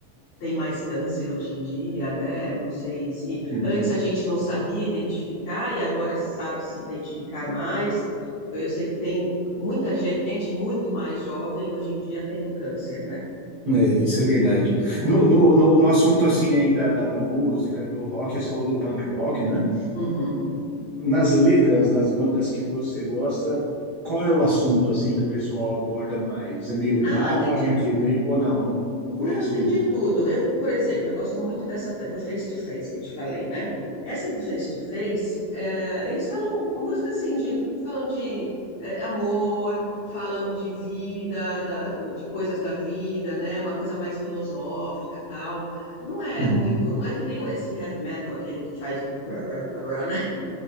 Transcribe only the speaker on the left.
tem mais câncer hoje em dia, né? Não sei se
antes a gente não sabia identificar e agora sabe se identificar mais. Eu sei que tem muita gente muito mais jovem hoje em dia tendo câncer, né?
Uhum.
Ah, tem de tudo.
Não,
tem
de tudo. Eu, por exemplo, eu gosto muito dessa fe- do face-to-face que eu te falei, né? Essa do face-to-face, é, eles falam música assim, de, falam de é, amor, falam de vida, da- do- de coisas da vida, né? Uma coisa mais filosófica, tal. Não é
muito, não é que nem esse heavy metal, aquele que faz, <laughs> né?